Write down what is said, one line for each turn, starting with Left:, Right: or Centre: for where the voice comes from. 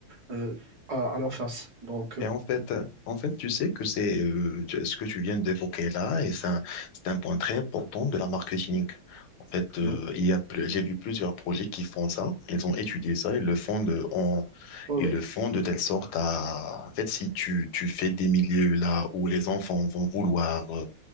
Right: euh, à, à leur face. Donc, euh,
Left: Et en fait, euh, en fait, tu sais que c'est euh, tu- ce que tu viens d'évoquer là, et c'est un, c'est un point très important de la marketing. En fait,
Right: non,
Left: euh, il y a, ple- j'ai vu plusieurs projets qui font ça. Ils ont étudié ça, ils le font de, en,
Right: oui,
Left: ils
Right: oui,
Left: le font de telle sorte à, en fait, si tu, tu fais des milieux là où les enfants vont vouloir euh,